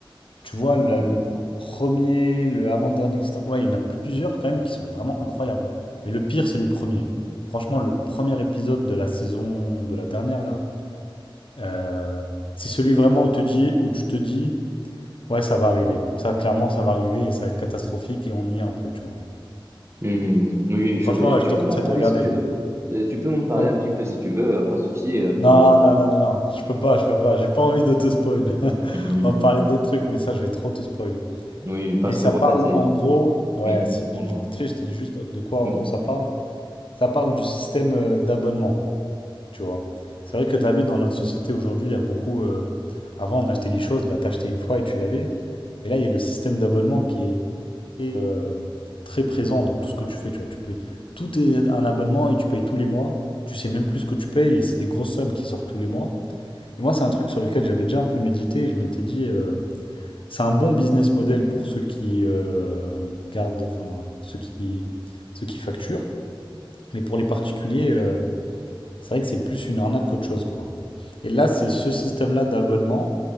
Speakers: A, on the left (about 75°); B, on the right (about 30°).
A: Tu vois,
B: d'accord.
A: la- le premier, le avant-dernier, etc. Ouais, il y en a plusieurs quand même qui sont vraiment incroyables. hein. Mais le pire, c'est le premier. Franchement, le premier épisode de la saison de la dernière là, euh, c'est celui vraiment où te dis, où tu te dis. Ouais, ça va arriver. Ça, clairement, ça va arriver et ça va être catastrophique et on y est un peu, tu vois.
B: Hmm, Oui, je
A: Franchement,
B: vais.
A: ouais,
B: Tu
A: je te
B: peux
A: conseille
B: m'en parler
A: de regarder.
B: si tu
A: ouais.
B: veux. Euh, Tu peux m'en parler
A: Comment-
B: un petit peu si tu veux, euh, pas de souci euh, pour
A: Non,
B: le spoil.
A: non, non, non, non. Je peux pas, je peux pas. J'ai pas envie de te spoil. <laughs>
B: Hmm,
A: On va parler d'autres trucs, mais ça, je vais trop te spoil.
B: Oui, parce
A: Mais ça
B: que voilà,
A: parle,
B: c'est.
A: en gros, ouais,
B: Oui.
A: si,
B: En
A: vite
B: gros.
A: fait, je te dis juste de quoi,
B: Oui,
A: en gros, ça parle. Ça parle du système euh, d'abonnement. tu vois. C'est vrai que tu as vu dans notre société aujourd'hui, il y a beaucoup. euh, avant, on achetait les choses, bah, t'achetais une fois et tu l'avais. Et là, il y a le système d'abonnement qui est euh, très présent dans tout ce que tu fais, tu vois. Tu payes, tout est un abonnement et tu payes tous les mois. Tu sais même plus ce que tu payes et c'est des grosses sommes qui sortent tous les mois. Et moi, c'est un truc sur lequel j'avais déjà un peu médité et je m'étais dit, euh, c'est un bon business model pour ceux qui euh, gardent, enfin, ceux qui, ceux qui facturent. Mais pour les particuliers, euh, c'est vrai que c'est plus une arnaque qu'autre chose, quoi. Et là, c'est ce système-là d'abonnement,